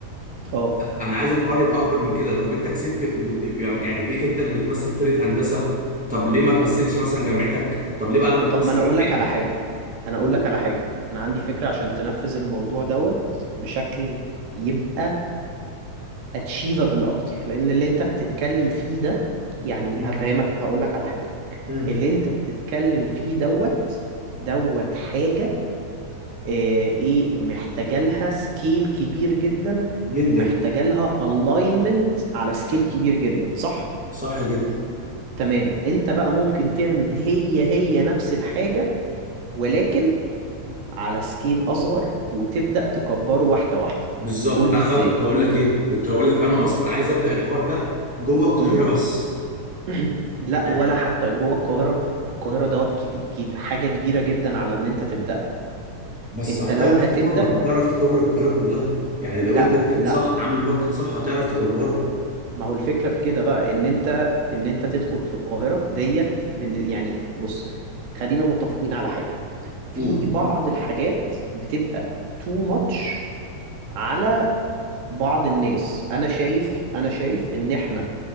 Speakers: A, on the right; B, in the centre.
A: <clears throat> اه
B: انا عايز الحوار يبقى اكبر من كده طب انت كسبت ب... يعني يعني بقيت انت اللي بتمثل فرقه هندسه طب ليه ما تمثلش مثلا جامعتك طب ليه بعد ما تمثل
A: طب ما انا
B: جامعتك
A: اقول لك على حاجة انا اقول
B: قول
A: لك على حاجة انا عندي فكرة عشان تنفذ الموضوع دوت بشكل يبقى اتشيفابل اكتر لان اللي انت بتتكلم فيه ده يعني
B: مم.
A: هفهمك هقول لك على حاجة
B: مم.
A: اللي انت بتتكلم فيه دوت دوت حاجة آه، ايه محتاجة لها سكيل كبير جدا
B: جدا
A: ومحتاجة لها الاينمنت على سكيل كبير جدا صح
B: صح جدا
A: تمام انت بقى ممكن تعمل هي هي نفس الحاجة ولكن على سكيل اصغر وتبدا تكبره واحده واحده
B: بالظبط
A: قول لي
B: انا
A: ازاي
B: بقى كنت هقول لك ايه كنت هقول لك انا
A: امم
B: اصلا عايز ابدا الحوار ده جوه القاهره
A: امم
B: بس
A: <clears throat> لا
B: يعني
A: ولا حتى جوه القاهره القاهره دوت كبي... كبي... حاجه كبيره جدا على ان انت تبداها
B: بس
A: انت
B: هتعرف
A: لو هتبدا
B: تكفر هتعرف تكفر القاهرة كلها يعني
A: لا
B: لو انت داخل
A: لا
B: صح عامل ماركت صح هتعرف تكفرها
A: ما هو الفكره في كده بقى ان انت ان انت تدخل في القاهره ديت بن... يعني بص خلينا متفقين على حاجه في
B: قول
A: بعض الحاجات بتبقى too much على بعض الناس انا شايف انا شايف ان احنا